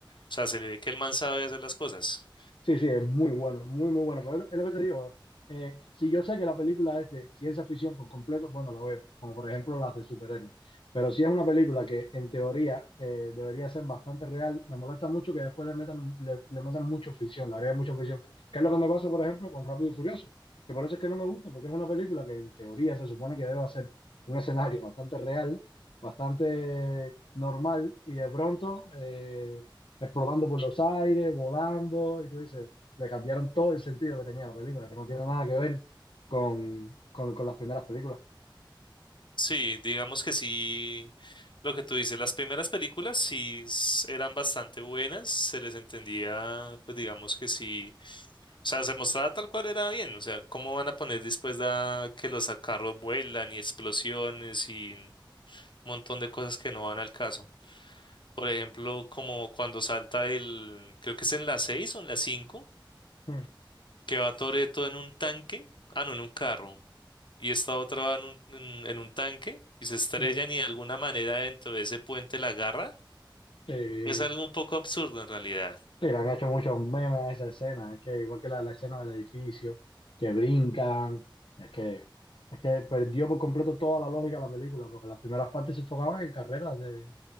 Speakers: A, on the left (about 65°); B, on the left (about 85°).
A: o sea, se le ve que el man sabe hacer las cosas.
B: Sí, sí, es muy bueno, muy, muy bueno. Pero es lo que te digo. eh, si yo sé que la película es de ciencia ficción por completo, bueno, la veo, como por ejemplo las de superhéroes. Pero si es una película que en teoría eh, debería ser bastante real, me molesta mucho que después le metan, le, le metan mucho ficción, le haría mucha ficción. Que es lo que me pasa, por ejemplo, con Rápido y Furioso? Que por eso es que no me gusta, porque es una película que en teoría se supone que debe ser un escenario bastante real, bastante normal, y de pronto... eh, explotando por los aires, volando, y tú dices, le cambiaron todo el sentido que tenía la película, que no tiene nada que ver con, con, con las primeras películas.
A: Sí, digamos que sí, lo que tú dices, las primeras películas sí s- eran bastante buenas, se les entendía, pues digamos que sí, o sea, se mostraba tal cual era bien, o sea, ¿cómo van a poner después da que los carros vuelan y explosiones y... montón de cosas que no van al caso. Por ejemplo, como cuando salta el, creo que es en la 6 o en la 5
B: Mm. <laughs>
A: que va Toretto en un tanque, ah, no, en un carro, y esta otra va en un, en, en un tanque y se estrellan
B: Mm.
A: y de alguna manera dentro de ese puente la agarra.
B: Eh,
A: Es algo un poco absurdo en realidad.
B: y le han hecho muchos memes a esa escena, es que igual que la, la escena del edificio, que brincan, es que, es que perdió por completo toda la lógica de la película, porque las primeras partes se enfocaban en carreras de,